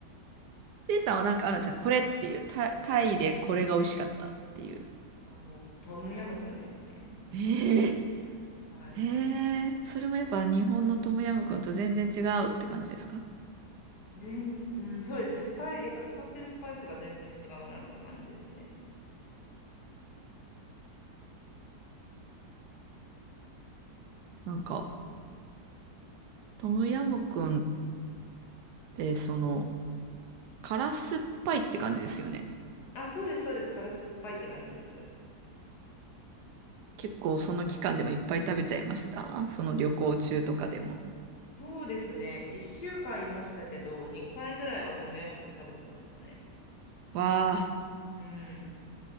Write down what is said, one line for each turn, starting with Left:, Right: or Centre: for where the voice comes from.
Right: ちいさんはなんかあるんですかこれっていう、タイタイでこれが美味しかったっていう。
Left: <laughs> あ、もうトムヤムクンですね。
Right: ええ
Left: はい。
Right: ええそれもやっぱ日本のトムヤムクンと全然違うって感じですか
Left: 全、うん、そうですね。スパイ、やっぱ使ってるスパイスが全然違うなって感じですね。
Right: なんか、トムヤムクンってその、辛酸っぱいって感じですよね。
Left: あ、そうです、そうです。辛酸っぱいって感じです。
Right: 結構その期間でもいっぱい食べちゃいました。その旅行中とかでも。
Left: そうですね。1週間いましたけど、2回ぐらいはトムヤムクン食べてましたね。
Right: わあ、
Left: うん。